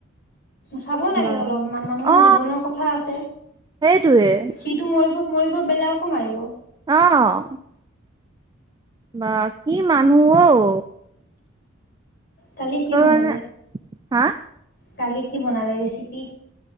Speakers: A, on the left (about 50°); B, on the right (about 20°).
A: চাব লাগে
B: বা
A: অলপ মানুহৰ
B: অ
A: জীৱনৰ কথা আছে
B: সেইটোৱে
A: সটো মৰিব। মৰিব বেলেগকো মাৰিব।
B: আহ বা কি মানুহ অ।
A: কালি কি
B: তই
A: বনালে।
B: মানে হা।
A: কালি কি বনালে ৰেচিপি।